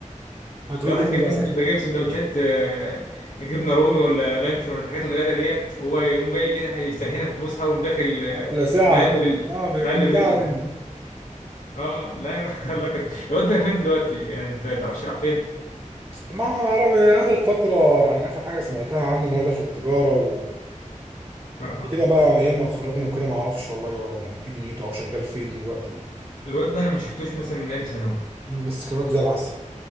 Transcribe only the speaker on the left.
الواحد
كان
مثلا
يبقى جايب سندوتشات آه، جبنه رومي ولا لانشون ولا الحاجات الغاليه ديت هو يقوم جاي كده هيستهينها في الفسحه ويقوم داخل آه،
مقلب ال...
مقلب رزقه
اه لا <laughs> الله كان الواد ده فين دلوقتي يعني انت ما تعرفش راح فين
اه آه.
الواد ده انا ما شفتوش مثلا من ايام ثانوي